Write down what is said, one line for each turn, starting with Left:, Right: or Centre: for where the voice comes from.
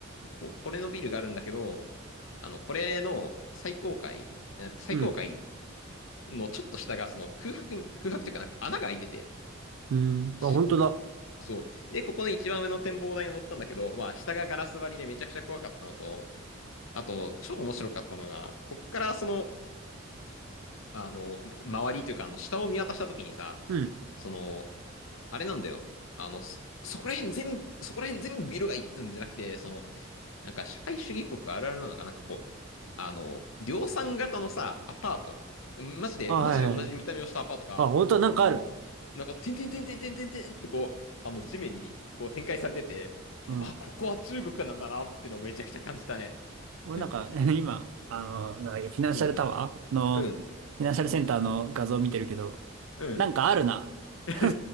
Left: こ、これのビルがあるんだけど、あの、これの最高階、え最高階
Right: うん、
Left: のちょっと下が、その空白に、空白というかなんか穴が開いてて、
Right: うん。あ、
Left: しく
Right: 本当だ。
Left: そう。で、ここの一番上の展望台に登ったんだけど、まあ、下がガラス張りでめちゃくちゃ怖かったのと、あと、超面白かったのが、こっからその、あの、周りというか、あの、下を見渡した時にさ、
Right: うん。
Left: その、あれなんだよ。あの、そそこら辺全部、そこら辺全部ビルがいってんじゃなくて、その、なんか社会主義国あるあるなのが、なんかこう、あの、量産型のさ、アパート。マジで、
Right: あ、
Left: マジで同じ見た目をしたアパートが、
Right: はいはいはい。あ、本当だなんかある。
Left: あの、なんか、てんてんてんてんてんてんてんってこう、あの、地面にこう展開されてて、
Right: うん。
Left: あ、ここは中国なんだなってのをめちゃくちゃ感じたね。
Right: 俺なんか、
Left: <laughs>
Right: <laughs> 今、あの、なんだっけ、フィナンシャルタワーの、
Left: うん、うん、
Right: フィナンシャルセンターの画像を見てるけど、
Left: うん。
Right: なんかあるな。
Left: <laughs>
Right: <laughs>